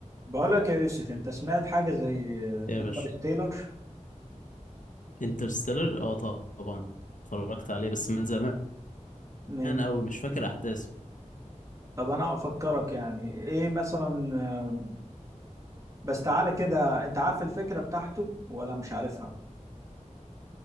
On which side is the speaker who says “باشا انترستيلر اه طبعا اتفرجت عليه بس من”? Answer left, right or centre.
Left